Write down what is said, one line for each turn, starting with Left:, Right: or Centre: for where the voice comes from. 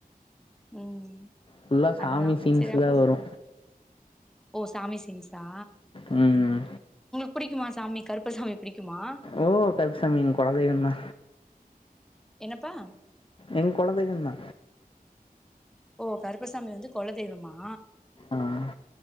Centre: ம்
Left: ஃபுல்லா சாமி
Centre: அதுதா
Left: சீன்ஸ்
Centre: சேரி அப்போ
Left: தா வரு
Centre: ஓ சாமி சீன்சா
Left: ம்ஹ்
Centre: புடிக்குமா சாமி கருப்பசாமி புடிக்குமா
Left: ஓ கருப்பசாமி எங் கொலதெய்வந்தா
Centre: என்னப்பா
Left: எங் கொலதெய்வந்தா
Centre: ஓ கருப்பசாமி வந்து கொலதெய்வமா
Left: ஆஹ்